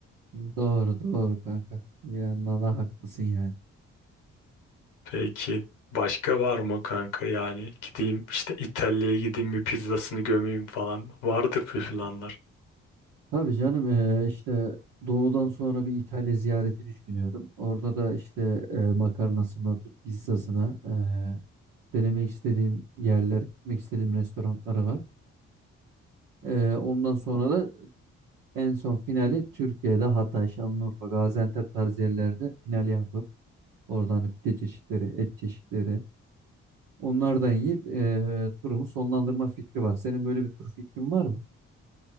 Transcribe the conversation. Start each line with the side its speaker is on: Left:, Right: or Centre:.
Right: Doğru doğru kanka. Bir yandan da haklısın yani.
Left: Peki başka var mı kanka? Yani gideyim işte İtalya'ya gideyim bir pizzasını gömeyim falan. Vardır bir planlar.
Right: Tabii canım eee, işte doğudan sonra bir İtalya ziyareti düşünüyorum. Orada da işte eee, makarnasına tut pizzasına eee, denemek istediğim yerler, gitmek istediğim restoranları var. Eee, ondan sonra da en son finali Türkiye'de Hatay, Şanlıurfa, Gaziantep tarzı yerlerde final yapıp oradan hani pide çeşitleri, et çeşitleri onlardan yiyip eee, turumu sonlandırma fikri var. Senin böyle bir tur fikrin var mı?